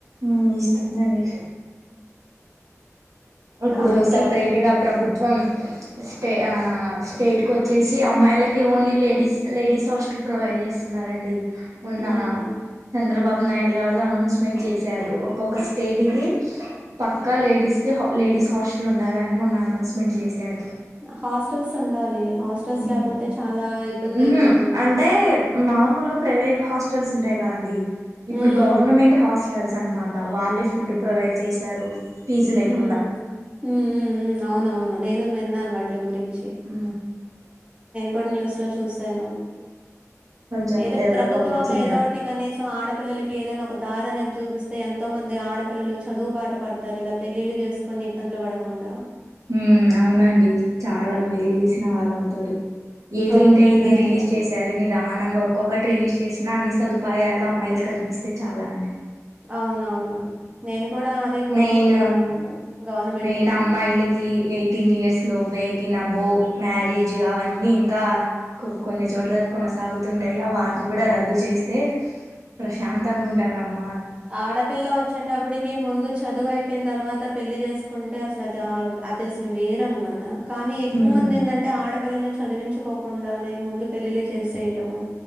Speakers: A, on the right; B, on the right.
A: ఉమ్ ఇస్తుందండి ఇప్పుడు
B: కాబట్టి
A: సపరేట్ గా ప్రభుత్వం ట్టే ఆ స్టేట్కి వచ్చేసి అమ్మాయిలకి only ladies ladies hostel provide చేస్తున్నారండి మోన్న
B: ఉమ్
A: చంద్రబాబు నాయుడు గారు అనౌన్స్మెంట్ చేస్ చ్చారు ఒక్కొక్క స్టేట్కి పక్క లేడీస్ కి లేడీస్ హాస్టల్ ఉండాలని మోన్నాను అౌన్స్మెంట్ చేశారు
B: హాస్టల్స్ ఉండాలి హాస్టల్స్
A: ఉమ్
B: లేకపోతే చాలా ఇబ్బంది
A: ఉంహు
B: అయిపోతుంది
A: అంటే నార్మల్ గా ప్రైవేట్ హాస్టల్స్ ఉంటాయి కద అండి ఇప్పుడు
B: ఉమ్
A: గవర్నమెంట్ హాస్ టల్స్ అనమాట వాళ్ళే ఫుడ్ ప్రొవైడ్ చేశారు ఫీజు లేకుండా
B: ఉమ్ ఉమ్ ఉమ్ ఉమ్ అవునవును నేను వి న్నాను వాట్ల గురిన్
A: ఆ
B: కొన్ న్యూస్ లో చూసాను
A: కొంచెం
B: ఏదో
A: డెవలప్
B: ప్రభుత్వం
A: అవ్వచ్చు ఇంకా
B: ఏదోటి కనీసం ఆడ పిల్లలకి ఏదైనా ఒక దారి అనేది చూపిస్తే ఎంతో మంది ఆడపిల్లలు చదువు బాట పడతారు ఇలా పెళ్ళిళ్లు చేసుకొని ఇబ్బందులు పడకుండా
A: ఉమ్ అవునండి చాలా మేలు చేసిన వాళ్ అవుతారు ఏదో
B: గవర్నమెంట్
A: ఇంకా ఇది
B: అనేది
A: రిలీజ్ చేసారు నిదానంగా ఒక్కొక్కటి రిలీజ్ చేసినా అన్ని సదువు ఉపాయాలు అమ్మాయిలు కల్పిస్తే చాలా అండి
B: అవునవును నేను కూడా అదే కోరుకుంటున్నామండి
A: మెయిన్
B: గవర్నమెంట్
A: మెయిన్
B: ని
A: అమ్మాయిలకి ఎయిటీన్ ఇయర్స్ లోపే అయి తినా బు మ్యారేజ్ అవన్నీ ఇంకా కో కొన్ని చోట్ల కొనసాగుతుంటాయి ఆ వాత కూడా రద్దు చేస్తే ప్రశాంత గా ఉంటారు అమ్మ
B: ఆడపిల్ల వచ్చేటప్పటికి ముందు చదువు అయిపోయిన తర్వాత పెళ్లి చేసుకుంటే అసలు అది అది అసలు వేరు అన్నమాట కానీ ఎక్కువ
A: ఉమ్
B: మంది ఏంటి అంటే ఆడపిల్లని చదివించుకోకుండానే ముందు పెళ్ళిళ్లి చేసెయ్యటము